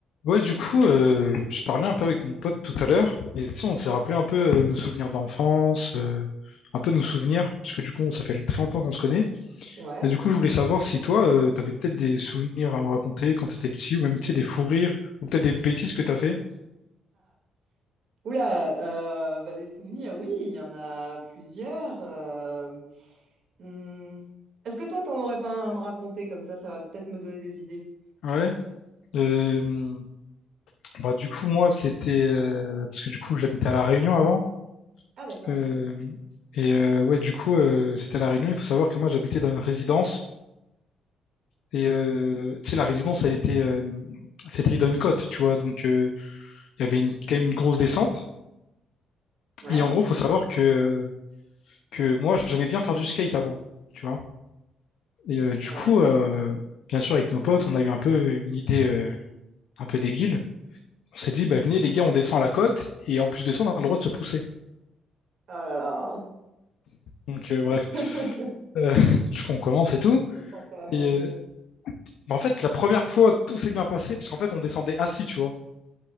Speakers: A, on the left; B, on the right.
A: Ouais, du coup, euh, je parlais un peu avec mon pote tout à l'heure, et tu sais, on s'est rappelé un peu euh, nos souvenirs d'enfance, euh, un peu nos souvenirs, parce que du coup, ça fait très longtemps qu'on se connaît.
B: Ouais.
A: Et du
B: <laughs>
A: coup, je voulais savoir si toi, euh, t'avais peut-être des souvenirs à me raconter quand t'étais petit, ou même, tu sais, des fous rires, ou peut-être des bêtises que t'as fait.
B: Oula, euh, bah, des souvenirs, oui, il y en a plusieurs. euh, hmm. Est-ce que toi, t'en aurais pas un à me raconter comme ça, ça va peut-être me donner des idées.
A: Ouais. Euh, bah, du coup, moi, c'était... euh, parce que du coup, j'habitais à La Réunion avant.
B: Ah, d'accord.
A: euh, et euh, ouais, du coup, euh, c'était à La Réunion. Il faut savoir que moi, j'habitais dans une résidence. Et euh, tu sais, la résidence, elle était, euh, c'était dans une côte, tu vois. Donc, euh, il y avait une- quand même une grosse descente.
B: Ouais,
A: Et en gros, faut savoir que, euh, que moi, j'aimais bien faire du skate avant, tu vois. Et euh, du
B: ouais.
A: coup, euh, bien sûr, avec nos potes, on a eu un peu une idée euh, un peu débile.
B: <laughs>
A: On s'est dit, bah, venez, les gars, on descend à la côte. Et en plus de ça, on a le droit de se pousser.
B: Oh là là,
A: Donc, euh, bref.
B: <laughs>
A: Euh, <laughs> du coup, on commence et tout.
B: je sens que ça va mal
A: Et
B: finir.
A: euh, bah, en fait, la première fois, tout s'est bien passé, parce qu'en fait, on descendait assis, tu vois.